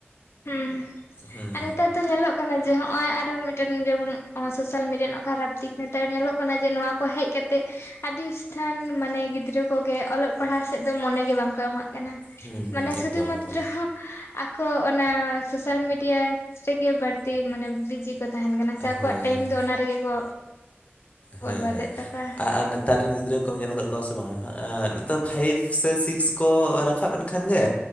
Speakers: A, on the left; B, on the left.
A: ᱦᱮᱸ
B: ᱦᱩᱸ
A: ᱟᱨ ᱱᱮᱛᱟᱨ ᱫᱚ ᱧᱮᱞᱚᱜ ᱠᱟᱱᱟ ᱡᱮ ᱱᱚᱜ-ᱚᱭ ᱟᱨᱦᱚᱸ ᱢᱤᱫᱴᱮᱱ ᱡᱮᱢᱚᱱ ᱥᱳᱥᱟᱞ ᱢᱤᱰᱤᱭᱟ ᱨᱮᱱᱟᱜ ᱠᱷᱟᱨᱟᱯ ᱫᱤᱠ ᱱᱮᱛᱟᱨ ᱧᱮᱞᱚᱜ ᱠᱟᱱᱟ ᱡᱮ ᱱᱚᱣᱟ ᱠᱚ ᱦᱮᱡ ᱠᱟᱛᱮ ᱟᱹᱰᱤ ᱤᱥᱛᱷᱟᱱ ᱢᱟᱱᱮ ᱜᱤᱫᱽᱨᱟᱹ ᱠᱚᱜᱮ ᱚᱞᱚᱜ ᱯᱟᱲᱦᱟᱜ ᱥᱮᱫ ᱫᱚ ᱢᱚᱱᱮ ᱜᱮ ᱵᱟᱝ ᱠᱚ ᱮᱢᱟᱜ ᱠᱟᱱᱟ
B: ᱦᱩᱸ ᱦᱩᱸ
A: ᱢᱟᱱᱮ
B: ᱮᱠᱫᱚᱢ
A: ᱥᱩᱫᱷᱩ ᱢᱟᱛᱨᱚ
B: ᱮᱠᱫᱚᱢ
A: ᱟᱠᱚ ᱥᱳᱥᱟᱞ ᱢᱤᱰᱤᱭᱟ ᱨᱮᱜᱮ ᱵᱟᱹᱲᱛᱤ ᱢᱟᱱᱮ ᱵᱷᱤᱡᱤᱴ ᱠᱚ ᱛᱟᱦᱮᱱ ᱠᱟᱱᱟ ᱥᱮ ᱟᱠᱚᱣᱟᱜ
B: ᱦᱳᱭ
A: ᱴᱟᱭᱤᱢ
B: ᱦᱳᱭ
A: ᱫᱚ ᱚᱱᱟ ᱨᱮᱜᱮ ᱠᱚ ᱵᱚᱨᱵᱟᱫᱮᱫ
B: ᱦᱮᱸ ᱦᱮᱸ
A: ᱛᱟᱠᱚᱣᱟ
B: ᱟᱨ ᱱᱮᱛᱟᱨ ᱱᱮᱛᱟᱨ ᱨᱮᱱ ᱜᱤᱫᱽᱨᱟᱹ ᱠᱚᱢ ᱧᱮᱞ ᱟᱠᱟᱫ ᱠᱚᱣᱟ ᱥᱮ ᱵᱟᱝᱟ ᱱᱟᱦᱟᱜ ᱱᱤᱛᱚᱜ ᱯᱷᱟᱭᱤᱵ ᱥᱮ ᱥᱤᱠᱥ ᱠᱚ ᱨᱟᱠᱟᱵ ᱮᱱ ᱠᱷᱟᱱ ᱜᱮ